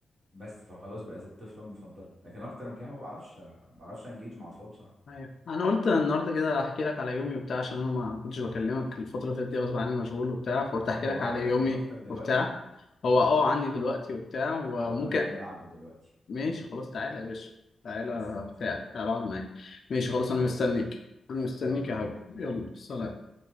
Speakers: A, on the right; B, on the left.
A: بس فخلاص بقيت الطفلة المفضلة لكن أكتر من كده ما بعرفش ما بعرفش أنجيج مع أطفال بصراحة
B: ايوه انا قلت النهارده كده احكي لك على يومي وبتاع عشان انا ما كنتش بكلمك الفتره اللي فاتت دي غصب عني مشغول وبتاع فقلت
A: طب
B: احكي
A: هو
B: لك
A: عندك
B: على يومي
A: ابن اختك دلوقتي
B: وبتاع هو اه عندي دلوقتي وبتاع وممكن
A: طب انا هاجي العبه دلوقتي
B: ماشي خلاص تعالى يا باشا تعالى
A: بس كده
B: بتاع تعالى اقعد معايا ماشي
A: يمكن
B: خلاص انا
A: احبه
B: مستنيك انا مستنيك
A: يلا
B: يا
A: بينا
B: حبيبي يلا سلام